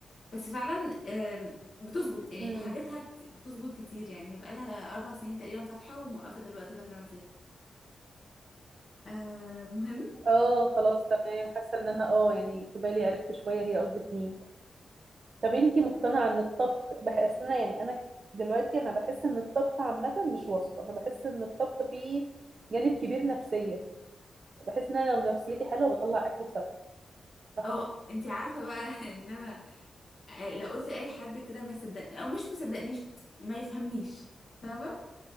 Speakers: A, on the left; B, on the right.
A: بس فعلا آم، بتظبط يعني
B: امم
A: حاجاتها كت- بتظبط كتير يعني هي بقالها أربع سنين تقريبا فاتحة وموقفة دلوقتي لو تعرفيها آه مهم
B: اه خلاص تمام حاسة ان انا اه يعني في بالي عرفت شوية هي قصدك مين طب انتي مقتنعة ان الطبخ بحس انا يعني انا دلوقتي انا بحس ان الطبخ عامة مش وصفة انا بحس ان الطبخ فيه جانب كبير نفسية بحس ان انا لو نفسيتي حلوة بطلع اكل بصراحة تحفة.
A: اه انت عارفة بقى <laughs> ان انا آه، لو قلت اي حد كده ما يصدقني او مش مصدقنيش ما يفهمنيش فاهمة